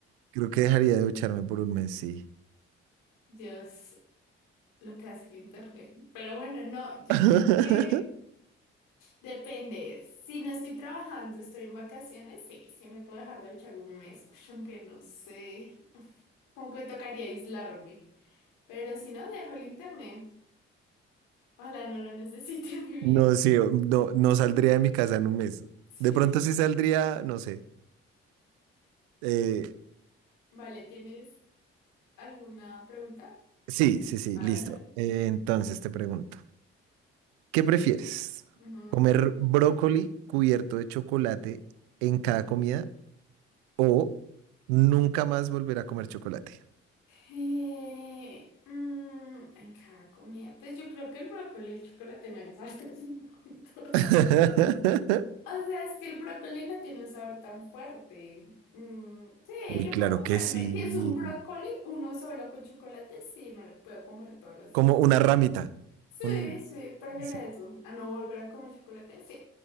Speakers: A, on the right; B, on the left.
A: Creo que dejaría de ducharme por un mes, sí.
B: Dios, lo que hace el internet. Pero bueno, no, yo
A: <laughs>
B: creo que depende. Si no estoy trabajando, estoy en vacaciones, sí, sí me puedo dejar de echar un mes. <laughs> Uy, aunque no sé. Como que me tocaría aislarme. Pero si no, dejo el internet. Ojalá no lo necesite en mi vida.
A: No,
B: <laughs>
A: sí, no, no saldría de mi casa en un mes.
B: Sí.
A: De pronto sí saldría, no sé. Eh,
B: Vale, ¿tienes alguna pregunta?
A: sí, sí, sí,
B: A
A: listo.
B: ver, a ver.
A: Eh, entonces te pregunto, ¿qué prefieres?
B: Ujú.
A: ¿Comer brócoli cubierto de chocolate en cada comida o nunca más volver a comer chocolate?
B: Eh, mm, en cada comida. Pues yo creo que el brócoli y el chocolate no hay <laughs> sabores juntos.
A: <laughs>
B: O sea, es que el brócoli no tiene un sabor tan fuerte. Mm, sí,
A: Uy,
B: yo
A: claro
B: puedo comerme.
A: que sí.
B: Si es un brócoli, uno solo con chocolate, sí, me lo puedo comer todos los
A: Como
B: días.
A: una ramita.
B: Sí,
A: Un...
B: sí, prefiero
A: Sí,
B: eso. A no volver a comer chocolate, sí,